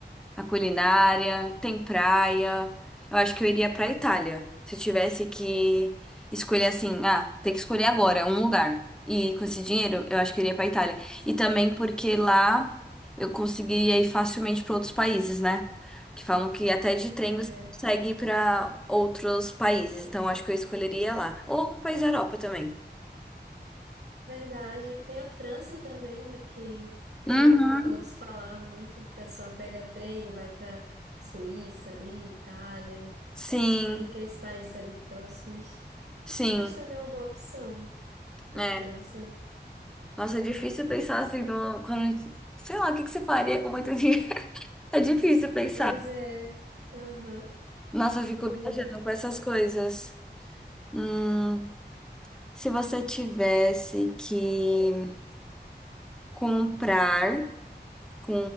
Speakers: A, in the centre; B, on the right (about 80°).
A: a culinária, tem praia. Eu acho que eu iria pra Itália. Se eu tivesse que escolher assim, ah, tem que escolher agora um lugar. E com esse dinheiro, eu acho que eu iria pra Itália. E também porque lá eu conseguiria ir facilmente pra outros países, né? Que falam que até de trem
B: é
A: você consegue ir pra outros países. Então eu acho que eu escolheria lá. Ou algum país da Europa também.
B: verdade. Tem a França também, né, que
A: Uhum.
B: que eu fa ouço falar muito. O pessoal pega trem, vai para Suíça, ali, Itália,
A: Sim,
B: todos aqueles países ali próximos.
A: sim.
B: Acho também uma boa opção. Na
A: É.
B: França?
A: Nossa, é difícil pensar assim, numa- quando, a gente- sei lá, o que que você faria com muito dinheiro? <laughs> É difícil pensar.
B: Pois é. Aham.
A: Nossa, eu fico
B: Um
A: viajando com essas coisas. Hum, se você tivesse que comprar com